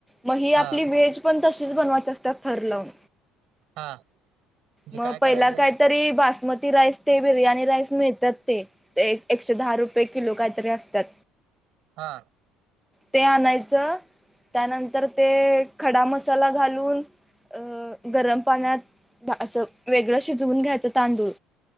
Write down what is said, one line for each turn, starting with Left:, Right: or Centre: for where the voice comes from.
Centre: मग ही
Right: हा
Centre: आपली व्हेज पण तशीच बनवत असत्यात थर लावून.
Right: हा. म्हणजे
Centre: मग
Right: काय करायचं
Centre: पहिला काहीतरी बासमती राईस ते बिर्याणी राईस मिळत्यात ते. ते एक एकशे दहा रुपये किलो काहीतरी असत्यात.
Right: हा.
Centre: ते आणायचं त्यानंतर ते खडा मसाला घालून अ... गरम पाण्यात धा असं वेगळं शिजवून घ्यायचं तांदूळ,